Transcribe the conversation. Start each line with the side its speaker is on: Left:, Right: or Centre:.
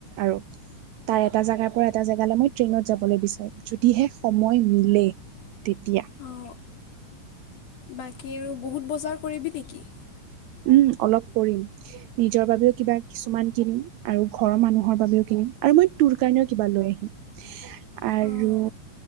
Right: আৰু তাৰ এটা জেগাৰ পৰা এটা জেগালৈ মই ট্ৰেইনত যাবলৈ বিচাৰিম যদিহে সময় মিলে তেতিয়া।
Left: অ বাকী আৰু বহুত বজাৰ কৰিবি নেকি?
Right: উম অলপ কৰিম। নিজৰ বাবেও কিবা কিছুমান কিনিম আৰু ঘৰৰ মানুহৰ বাবেও কিনিম আৰু মই- তোৰ কাৰণেও কিবা লৈ আহিম। আৰু
Left: অঁ